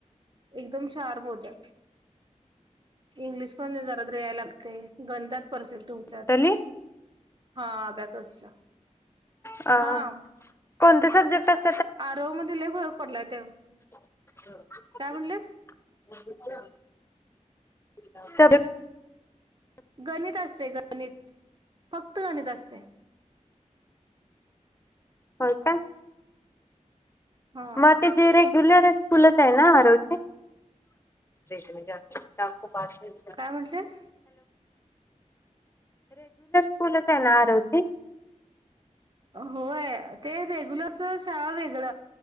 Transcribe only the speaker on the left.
तली
अ
कोणते सबजेक्ट अस
<inaudible>
<unintelligible>
होय का?
म तेची रेग्युलर स्कुलच आहे ना आरव ची रेग म्हणजे <unintelligible>
कूलच आहे ना आरवची.